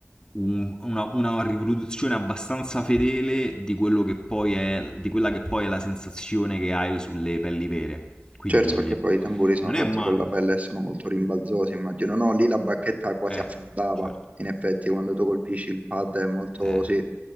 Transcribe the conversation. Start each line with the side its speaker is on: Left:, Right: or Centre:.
Left: un- una- una riproduzione abbastanza fedele di quello che poi è, di quella che poi è la sensazione che hai sulle pelli vere. Quindi
Right: Certo, perché poi i tamburi sono
Left: non
Right: fatti
Left: è male.
Right: con la pelle e sono molto rimbalzosi, immagino. No, lì la bacchetta quasi
Left: Eh,
Right: affondava.
Left: certo.
Right: In effetti, quando tu colpisci il pad è molto,
Left: Eh,
Right: sì,